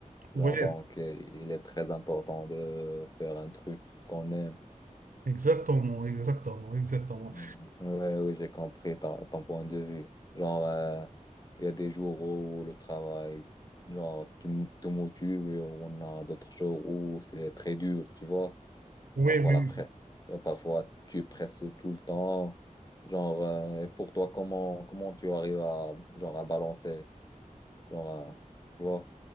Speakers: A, on the right; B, on the left.
A: Oui,
B: Genre, donc, euh, il est très important de faire un truc qu'on aime.
A: exactement, exactement, exactement.
B: Mm. Ouais, oui, j'ai compris ton, ton point de vue. Genre, euh, il y a des jours où le travail, genre, tu m- te motive, et on a d'autres jours où c'est très dur, tu vois.
A: Oui,
B: Parfois,
A: oui.
B: la
A: oui.
B: pre- euh, parfois, tu presses tout le temps. Genre, euh, et pour toi, comment, comment tu arrives à, genre, à balancer? Genre, à- tu vois.